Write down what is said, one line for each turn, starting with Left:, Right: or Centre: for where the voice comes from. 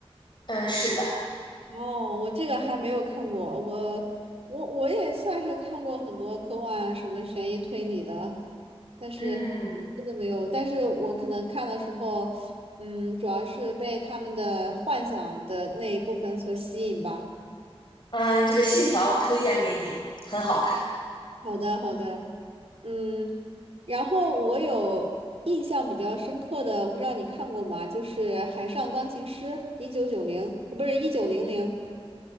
Left: 嗯，是的，
Right: 哦，我这个还没有看过，我我我也算是看过很多科幻啊什么悬疑推理的，但是
Left: 嗯
Right: 真的没有。但是我可能看的时候，嗯，主要是被他们的幻想的那一部分所吸引吧。
Left: 嗯，这个《信条》推荐给你，很好看。
Right: 好的，好的，嗯，然后我有印象比较深刻的，我不知道你看过吗？就是《海上钢琴师》，一九九零，呃不是一九零零。